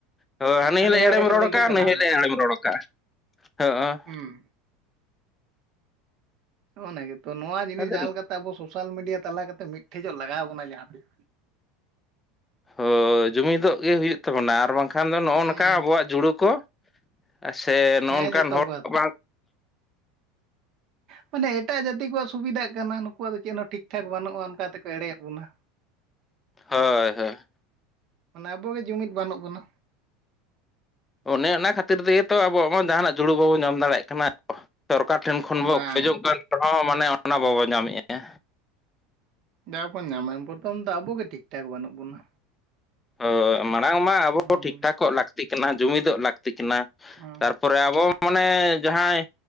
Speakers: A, on the left (about 20°); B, on the right (about 55°).
A: ᱦᱳᱭ ᱦᱟᱹᱱᱤ ᱦᱤᱞᱳᱜ
B: ᱦᱚᱲᱮ
A: ᱮᱲᱮᱢ ᱨᱚᱲ
B: ᱞᱟᱹᱭ
A: ᱠᱟᱜᱼᱟ
B: ᱠᱮᱫ ᱪᱟᱞᱟᱣᱱᱟ
A: ᱱᱟᱹᱭ ᱦᱤᱞᱳᱜ ᱮᱲᱮᱢ ᱨᱚᱲ ᱠᱟᱜᱼᱟ <unintelligible>
B: ᱦᱩᱸ ᱚᱱᱟ ᱜᱮ ᱛᱚ ᱱᱚᱣᱟ ᱡᱤᱱᱤᱥ
A: ᱟᱫᱚ
B: ᱡᱟᱦᱟᱸ ᱞᱮᱠᱟᱛᱮ ᱟᱵᱚ ᱥᱳᱥᱟᱞ ᱢᱤᱰᱤᱭᱟ ᱛᱟᱞᱟ ᱠᱟᱛᱮ ᱢᱤᱫᱴᱷᱮᱡᱚᱜ ᱞᱟᱜᱟᱣ ᱟᱵᱚᱱᱟ ᱡᱟᱦᱟᱸ ᱛᱤᱥ
A: ᱦᱳᱭ ᱡᱩᱢᱤᱫᱚᱜ ᱜᱮ ᱦᱩᱭᱩᱜ ᱛᱟᱵᱚᱱᱟ ᱟᱨ ᱵᱟᱝᱠᱷᱟᱱ ᱫᱚ ᱱᱚᱜᱼᱚ
B: ᱦᱩᱸ
A: ᱱᱚᱝᱠᱟ ᱟᱵᱚᱣᱟᱜ ᱡᱩᱲᱩ ᱠᱚ ᱥᱮ ᱱᱚᱜᱼᱚ
B: ᱦᱮᱸ
A: ᱱᱚᱝᱠᱟᱱ
B: ᱡᱚᱛᱚ
A: ᱦᱚᱲ
B: ᱠᱚ
A: ᱵᱟᱝ
B: ᱢᱟᱱᱮ ᱮᱴᱟᱜ ᱡᱟᱹᱛᱤ ᱠᱚᱣᱟᱜ ᱥᱩᱵᱤᱫᱷᱟᱜ ᱠᱟᱱᱟ ᱱᱩᱠᱩᱣᱟᱜ ᱫᱚ ᱪᱮᱫ ᱦᱚᱸ ᱴᱷᱤᱠ ᱴᱷᱟᱠ ᱵᱟᱹᱱᱩᱜᱼᱟ ᱚᱱᱠᱟ ᱛᱮᱠᱚ ᱮᱲᱮᱭᱮᱫ ᱵᱚᱱᱟ
A: ᱦᱳᱭ ᱦᱳᱭ
B: ᱢᱟᱱᱮ ᱟᱵᱚᱜᱮ ᱡᱩᱢᱤᱫ ᱵᱟᱹᱱᱩᱜ ᱵᱚᱱᱟ
A: ᱚᱱᱮ ᱚᱱᱟ ᱠᱷᱟᱹᱛᱤᱨ ᱛᱮᱜᱮ ᱛᱚ ᱟᱵᱚᱣᱟᱜ ᱢᱟ ᱡᱟᱦᱟᱱᱟᱜ ᱡᱩᱲᱩ ᱵᱟᱵᱚᱱ ᱧᱟᱢ ᱫᱟᱲᱮᱭᱟᱜ ᱠᱟᱱᱟ ᱥᱚᱨᱠᱟᱨ ᱴᱷᱮᱱ ᱠᱷᱚᱱ ᱵᱚ
B: ᱵᱟᱝ
A: ᱠᱷᱚᱡᱚᱜ ᱠᱟᱱ ᱨᱮᱦᱚᱸ ᱢᱟᱱᱮ ᱚᱱᱟ ᱵᱟᱵᱚ ᱧᱟᱢᱮᱫᱼᱟ
B: ᱡᱟ ᱵᱚᱱ ᱧᱟᱢᱟ ᱯᱨᱚᱛᱷᱚᱢ ᱫᱚ ᱟᱵᱚ ᱜᱮ ᱴᱷᱤᱠ ᱴᱷᱟᱠ ᱵᱟᱹᱱᱩᱜ ᱵᱚᱱᱟ
A: ᱦᱳᱭ ᱢᱟᱲᱟᱝ ᱢᱟ ᱟᱵᱚ
B: ᱦᱩᱸ
A: ᱴᱷᱤᱠᱴᱷᱟᱠᱚᱜ ᱞᱟᱹᱠᱛᱤᱜ ᱠᱟᱱᱟ ᱡᱩᱢᱤᱫᱚᱜ ᱞᱟᱹᱠ ᱛᱤᱜ ᱠᱟᱱᱟ
B: ᱦᱩᱸ
A: ᱛᱟᱨᱯᱚᱨᱮ ᱟᱵᱚ ᱢᱟᱱᱮ ᱡᱟᱦᱟᱸᱭ